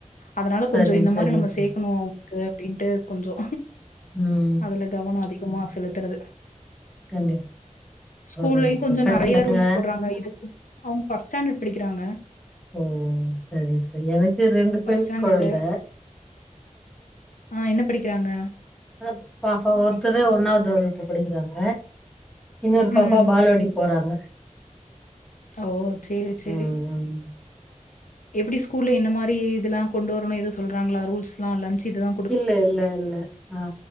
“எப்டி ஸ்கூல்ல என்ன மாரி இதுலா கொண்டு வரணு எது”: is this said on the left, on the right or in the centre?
Left